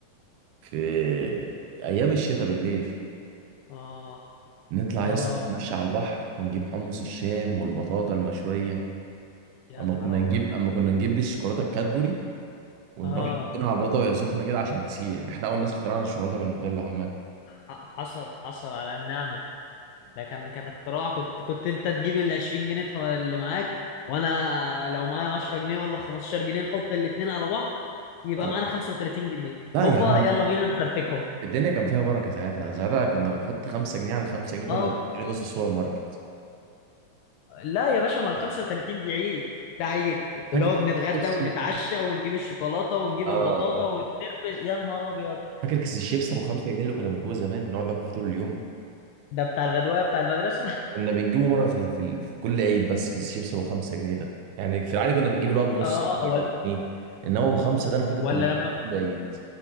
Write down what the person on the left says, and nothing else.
اه
اه
يا
نهار
ابيض
اه
ح- حصل حصل على النعمة ده كان كان اختراع كنت كنت انت تجيب ال 20 جنيه تح- اللي معاك وانا لو معايا 10 جنيه ولا 15 جنيه نحط الاتنين على بعض يبقى
معانا 35 جنيه
هوبا
يلا بينا نفرتكهم
اه
لا يا باشا ما ال 35 دي عيد ده عيد
اللي هو
بنتغدى
ونتعشى ونجيب الشوكولاته ونجيب
البطاطا ونتربس يا نهار ابيض
ده بتاع الغدوايه بتاع المدرسه
<laughs> اه
ولا
ولا
لما